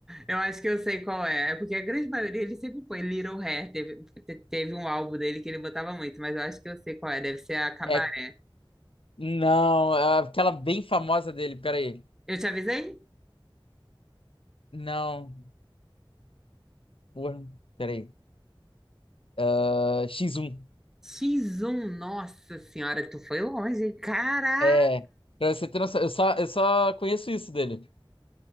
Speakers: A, in the centre; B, on the left.
A: Eu acho que eu sei qual é. É porque a grande maioria ele sempre põe Little Hair. Teve, te- teve um álbum dele que ele botava muito, mas eu acho que eu sei qual é. Deve ser a Cabaré.
B: é. Não, é aquela bem famosa dele, peraí.
A: Eu te avisei?
B: Não, porra, peraí. Ah, X1.
A: X1, nossa senhora, tu foi longe, hein? Caraca,
B: É. Pra você ter noção, eu só, eu só conheço isso dele.